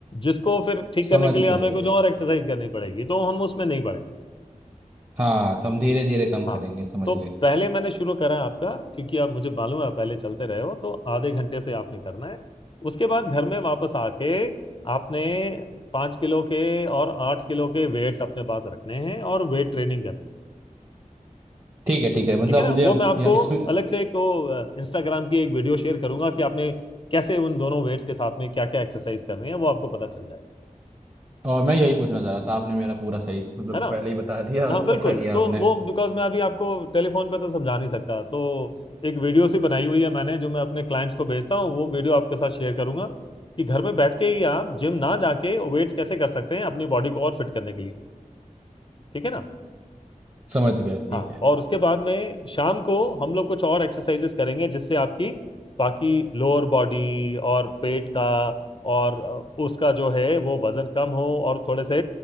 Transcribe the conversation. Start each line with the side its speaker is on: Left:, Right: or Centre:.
Left: जिसको फिर ठीक करने
Right: समझ
Left: के लिए हमें
Right: गए
Left: कुछ और एक्सरसाइज करनी पड़ेगी तो हम उसमें नहीं पड़ेंगे
Right: हाँ तो हम धीरे धीरे कम
Left: हाँ
Right: करेंगे समझ
Left: तो
Right: गए
Left: पहले मैंने शुरू करा आपका क्योंकि आप मुझे मालूम है आप पहले चलते रहे हो तो आधे घंटे से आपने करना है उसके बाद घर में वापस आके आपने पाँच किलो के और आठ किलो के वेट्स अपने पास रखने हैं और वेट ट्रेनिंग करनी है
Right: ठीक है ठीक है मतलब
Left: ठीक है ना
Right: मुझे
Left: वो
Right: अब
Left: मैं आपको
Right: या, इसमें
Left: अलग से एक वो इंस्टाग्राम की एक वीडियो शेयर करूंगा कि आपने कैसे उन दोनों वेट्स के साथ में क्या क्या एक्सरसाइज करनी है वो आपको पता चल जाएगा
Right: और मैं यही पूछना चाह रहा था आपने मेरा पूरा सही मतलब
Left: है ना
Right: पहले ही बता दिया
Left: हाँ
Right: अच्छा,
Left: बिल्कुल
Right: अच्छा किया
Left: तो
Right: आपने
Left: वो बिकॉज मैं अभी आपको टेलीफोन पे तो समझा नहीं सकता तो एक वीडियो सी बनाई हुई है मैंने जो मैं अपने क्लाइंट्स को भेजता हूँ वो वीडियो आपके साथ शेयर करूंगा कि घर में बैठ के ही आप जिम ना जाके वेट्स कैसे कर सकते हैं अपनी बॉडी को और फिट करने के लिए ठीक है ना
Right: समझ गए ठीक
Left: हाँ
Right: है
Left: और उसके बाद में शाम को हम लोग कुछ और एक्सरसाइजेस करेंगे जिससे आपकी बाकी लोअर बॉडी और पेट का और अ, उसका जो है वो वजन कम हो और थोड़े से